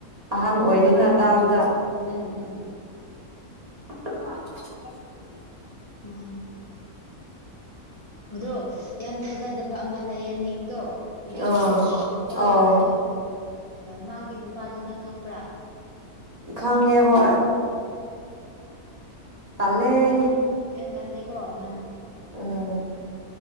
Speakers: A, on the right; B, on the left.
A: ꯑꯍꯟ ꯑꯣꯏꯗꯦꯅ ꯇꯥꯕꯗ
B: ꯎꯝ ꯎꯝ
A: <inaudible>
B: ꯃꯥꯅꯦ ꯑꯗꯣ ꯌꯥꯝ ꯊꯥꯖꯗꯕ ꯑꯃ ꯂꯩꯌꯦ ꯅꯤꯡꯗꯣ ꯅꯤꯡꯗꯨ
A: ꯑꯥ ꯑꯥꯎ
B: ꯑꯗꯣ ꯃꯥꯒꯤ ꯅꯨꯄꯥꯗꯣ ꯅꯪ ꯈꯪꯕ꯭ꯔꯥ
A: ꯈꯥꯉꯒꯦ ꯍ ꯇꯜꯦ ꯑꯗꯤ
B: ꯇꯥꯦꯀꯣ ꯍꯃ
A: ꯎꯝ